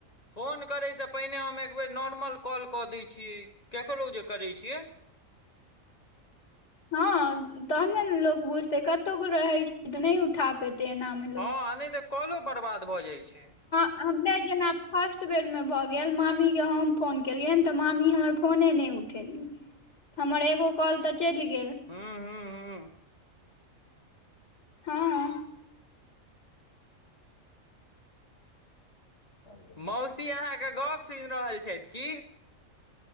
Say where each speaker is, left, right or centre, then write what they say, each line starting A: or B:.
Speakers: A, on the left; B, on the left.
A: फोन करै त पहिने हम एकबे नॉर्मल कॉल कऽ दै छियै केकरो जे करै छियै
B: हँ तहने ने लोकोग बुझते कतो गो रहे छै तऽ नहि उठा पेते एना मे
A: हँ आ नहि तऽ कलो बर्बाद भऽ जाइत छै
B: हम नहि जेना फर्स्ट बेरमे भऽ गेल मामी हम फोन केलियनि तऽ मामी हमर फोने नहि उठ हमर एगो कॉल तऽ चलि गेल
A: हँ हँ हँ
B: हा ह
A: मौसी अहाँ के गप सुनि रहल छथि। की